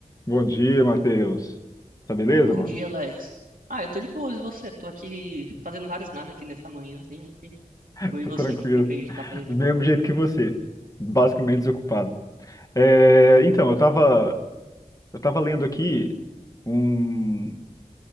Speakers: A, on the left (about 25°); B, on the right (about 75°).
A: Bom dia, Matheus. Tá beleza,
B: Bom
A: mano?
B: dia, Alex. Ah, eu tô de boas, e você? Tô aqui fazendo vários nada aqui nessa manhãzinha aqui.
A: <laughs>
B: Tipo, e
A: Tô
B: você,
A: tranquilo.
B: o que você fez, tá fazendo
A: Do
B: de
A: mesmo
B: bom?
A: jeito que você. Basicamente desocupado. É, então, eu tava, eu tava lendo aqui um-